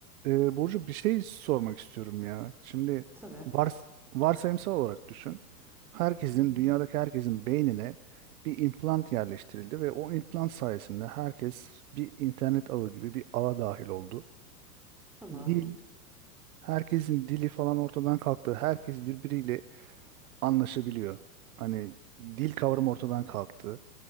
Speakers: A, on the right (about 60°); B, in the centre.
A: Ee, Burcu bir şey sormak istiyorum ya. Şimdi
B: Tabii.
A: vars varsayımsal olarak düşün. Herkesin,
B: Hı hı.
A: dünyadaki herkesin beynine bir implant yerleştirildi ve o implant sayesinde herkes bir internet ağı gibi bir ağa dahil oldu.
B: Tamam.
A: Dil, herkesin dili falan ortadan kalktı. Herkes birbiriyle anlaşabiliyor. Hani dil kavramı ortadan kalktı.